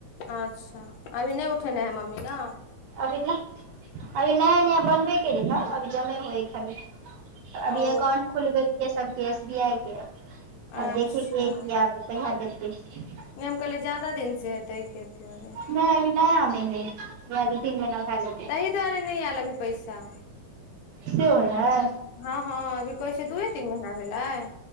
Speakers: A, on the left; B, on the right.
A: अच्छा अभी नहि उठेने है मम्मी ना?
B: अभी नह अभी नया नया बनेबे केलै हऽ अभी खाली जमे होइ है खाली। अभी
A: ओ
B: अकाउंट खुलबे केले केसब एसबीआई के अछि आब
A: अच्छा
B: देखे के है जे कहिया दैतय।
A: नहि हम कहलियै जादा दिन सँ हेतै अइ के।
B: नहि अभी नया मे हइ इएह दू तीन महीना भए जेतै
A: तहि दुआरे नई ऐल अभी पैसा।
B: से होयै है।
A: हँ हँ अभी कहै छै दूये तीन महीना भेलैय।